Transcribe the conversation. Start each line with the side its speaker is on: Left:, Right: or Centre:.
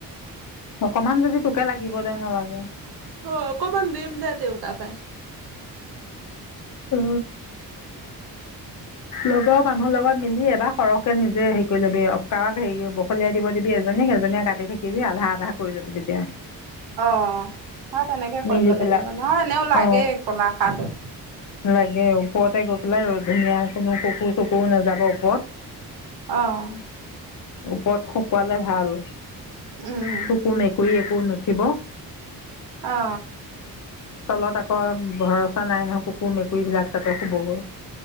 Left: অকমান যদি তোকে লাগিব দে নালাগে
Right: অ অকমান দিম দিয়াওঁ তাৰ পায়।
Left: অ লগৰ মানুহৰ লগত মিলি এবাৰ সৰহকে নিজে হেৰি কৰি ল'বি কাৰোবাক হেৰি বখলিয়াই দিব দিবি এজনীক এজনীয়ে কাটি থাকিবি আধা আধা কৰি লবি তেতিয়া
Right: অ হয় তেনেকে
Left: মিলি
Right: কৰিব
Left: পেলাই
Right: লাগিব নহয় এনেও লাগেই
Left: অ
Right: কলাখাৰটো
Left: লাগে ওপৰতে গৈ পেলাই ধুনীয়া কোনো কুকুৰ চুকুৰ নাযাব ওপৰত
Right: আহ
Left: ওপৰত শুকুৱালে ভাল
Right: উম
Left: শুকুৰ মেকুৰী এক কুকুৰ নোথিব
Right: অ
Left: তলত আকৌ ভৰচা নাই নহয় কুকুৰ মেকুৰী বিলাক তাতে শুব গৈ